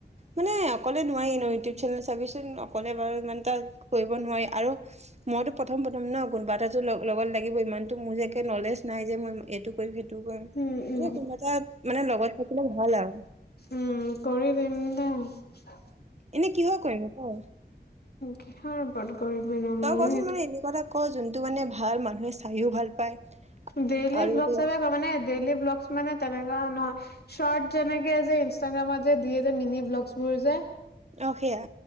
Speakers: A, on the right; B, on the left.
A: মানে অকলে নোৱাৰি ন' ইউটিউব চেনেল চাবিচোন অকলে বাৰু ইমানটা কৰিব নোৱাৰি আৰু মইতো প্ৰথম, প্ৰথম ন' কোনোবা এটাটো ল-লগত লাগিব ইমানটো মোৰ যে, একে নলেজ নাই যে, মই এইটো কৰিম সেইটো কৰিম,
B: উম উম
A: মানে কোনোবা এটা মানে লগত থাকিলে ভাল আৰু।
B: উম কৰি <unintelligible>
A: এনেই কিহৰ কৰিম ক?
B: কিহৰ <unintelligible>
A: তই কচোন মানে এনেকুৱা এটা ক, যোনটো মানে ভাল, মানুহে চায়ো ভাল পায়।
B: ডেইলি
A: আৰু
B: ব্লগ
A: তোৰ
B: <unintelligible> ডেইলি ব্লকচ মানে তেনেকুৱা নহয়, চৰ্ট যেনেকে যে, ইনাগ্ৰামত যে, দিয়ে যে, মিনি ব্লগচবোৰ যে
A: অ', সেয়া